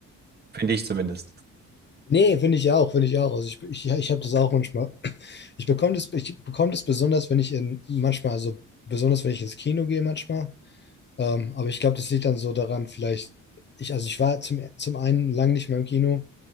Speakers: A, on the right; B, on the left.
A: Finde ich zumindest.
B: Nee, finde ich auch, finde ich auch. Also ich, ich, ich habe das auch manchmal. Ich bekomme das, ich bekomme das besonders, wenn ich in manchmal, also besonders wenn ich ins Kino gehe manchmal, Ähm, aber ich glaube, das liegt dann so daran, vielleicht, ich, also ich war zum, zum einen lang nicht mehr im Kino,